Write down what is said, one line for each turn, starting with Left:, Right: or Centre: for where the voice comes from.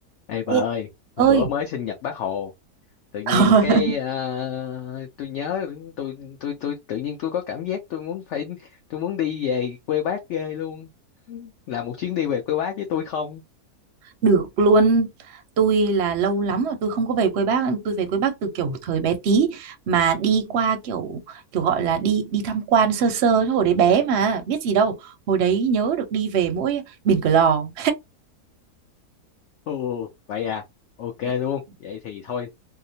Left: Ê bà
Right: Nhi-
Left: ơi,
Right: ơi
Left: hôm bữa mới sinh nhật bác Hồ, tự nhiên
Right: <laughs>
Left: cái ờ, tôi nhớ tôi tôi tôi tự nhiên tôi có cảm giác tôi muốn phải tôi muốn đi về quê bác ghê luôn. Là một chuyến đi về quê bác với tôi không?
Right: được luôn tôi là lâu lắm rồi tôi không có về quê bác tôi về quê bác từ kiểu thời bé tí mà đi qua kiểu kiểu gọi là đi đi tham quan sơ sơ chứ hồi đấy bé mà biết gì đâu hồi đấy nhớ được đi về mỗi Biển Cửa Lò
Left: Ồ, vậy à, ok
Right: <laughs>
Left: luôn. Vậy thì thôi,